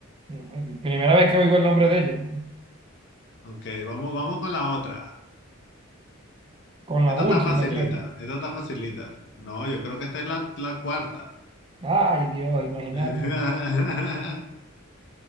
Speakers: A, on the right; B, on the left.
A: No, es Primera vez que oigo el nombre de ella.
B: Ok, vamos, vamos con la otra.
A: Con
B: Esta
A: la última,
B: está facilita,
A: creo.
B: esta está facilita. No, yo creo que esta es la, la cuarta.
A: Ay, Dios, imagínate.
B: <laughs>